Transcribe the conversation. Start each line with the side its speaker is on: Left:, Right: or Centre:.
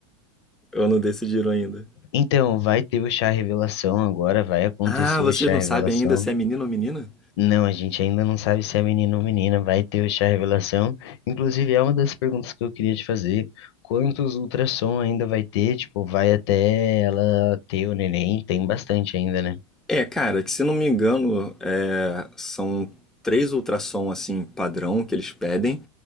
Centre: Ou não decidiram ainda?
Left: Então, vai ter o chá revelação agora, vai acontecer
Centre: Ah, vocês
Left: o chá
Centre: não
Left: revelação.
Centre: sabem ainda se é menino ou menina?
Left: Não, a gente ainda não sabe se é menino ou menina, vai ter o chá revelação. Inclusive, é uma das perguntas que eu queria te fazer. Quantos ultrassom ainda vai ter? Tipo, vai até ela ter o neném? Tem bastante ainda, né?
Centre: É, cara, que se não me engano, é, são três ultrassom assim padrão que eles pedem,